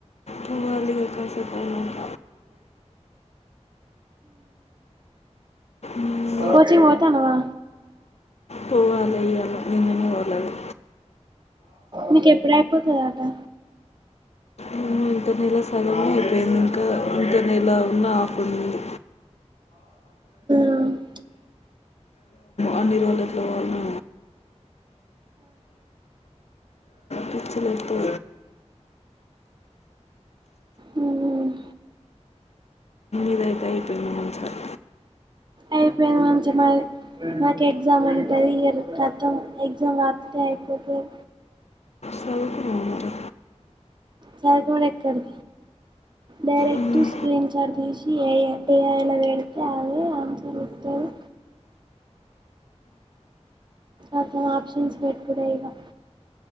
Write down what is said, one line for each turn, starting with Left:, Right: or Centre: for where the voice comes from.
Left: పోవాలి ఇక కాసేపు అయినాక మ్మ్.
Right: మ్ కోచింగ్ వ కానవా
Left: పోవాలి ఇవాళ నిన్ననే పోలేదు
Right: మీీక ఎప్పుడ అయిపోతుందట
Left: ఏమో ఇంత నేల సగమ అయిపోయింది ఇంకా ఇంత నేలా ఉన్న ఆఫ్ ఉంటుంది
Right: మ్మ్ ఆ
Left: అన్ని రోళ్ళుట్ల వాళ్ళు పిచ్చిలతో
Right: మ్మ్
Left: ఇద అయితే అయిపోయింది సార్
Right: అయిపోయింది మంచి మరి నాకు ఎగ్జామ్ ఉంటుంది ఇ కతం ఎగ్జామ్ రాత్రతే అయిపోతురు
Left: చదువుకున్నావు మరి
Right: చదికువడం ఎక్కడి డైరెక్ట్
Left: ఉమ్,
Right: స్క్రీన్ చాట్ తీసి ఏ ఏఐలా పెడితే అదే ఆన్సర్ వస్తారు అత ఆప్షన్స్ పెట్ కూడాడ ఇక